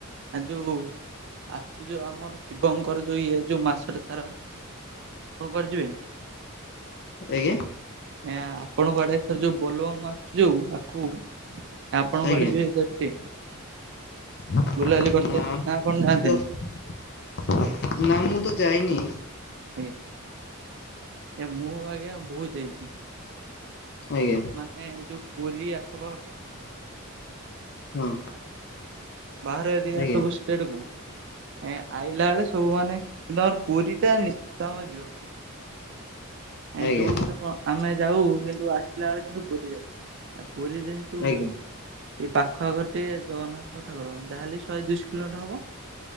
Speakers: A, on the right; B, on the left.
A: ଆ ଯୋଉ ଆଶୁଛି ଯୋଉ ଆମର ଶିବଙ୍କର ଯୋଉ ଇଏ ଯୋଉ ମାସଟା ସାରା ଆପଣ କୁଆଡ଼େ ଯିବେ?
B: ଆଜ୍ଞା
A: ଏଆ ପଣକୁ ଆଡେଏଥର ଯୋଉ ବୋଲବମ୍ ଯୋଉ ଆଖୁି ଆପଣ କୁଆଡେ
B: ଆଜ୍ଞା
A: ଯିବେ
B: ନା
A: ବୁଲାବୁଲି କରିତେ ନା ଆପଣ ଯାଆନ୍ତିନି?
B: ନାମ ମୁ ତ ଯାଇନି।
A: ଆଜ୍ଞା ଏ ମୁଁ ଆଜ୍ଞା ବହୁତ ଯାଇଛି।
B: ଆଜ୍ଞା।
A: !!!!!!!!!!
B: ହଁ
A: ବାହର ଏରିଆ
B: ଆଜ୍ଞା।
A: ସବୁ ସେଠକୁ ଏ ଆଇଲା ବେଳେ ସବୁ ମାନେ କିନ୍ତୁ ଆମର ପୁରୀଟା ନିଶ୍ଚିନ୍ତ ଆମର ଯିବା ପାଇଁ ଏଁ
B: ଆଜ୍ଞା
A: ଯୋଉଠି ଆପଣ ଆମେ ଯାଉ କିନ୍ତୁ ଆସିଲା ବେଳେ କିନ୍ତୁ ପୁରୀ ଯାଉ ପୁରୀ ଯେହ ତୁ
B: ଆଜ୍ଞା
A: ଏ ପାଖ ଆଖରେ ଗୋଟିଏ ଜଗନ୍ନାଥ ଠାକୁର ଯାହାହେଲେ ଶହେ ଦୁଇଶହ କିଲୋମିଟର ହବ।